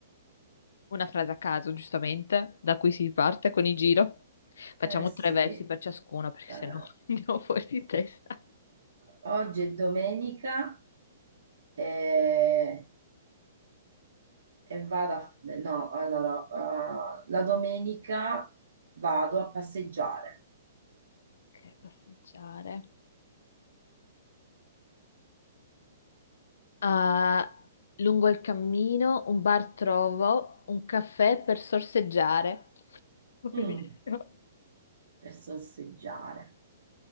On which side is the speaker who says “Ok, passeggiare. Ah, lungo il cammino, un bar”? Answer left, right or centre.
Left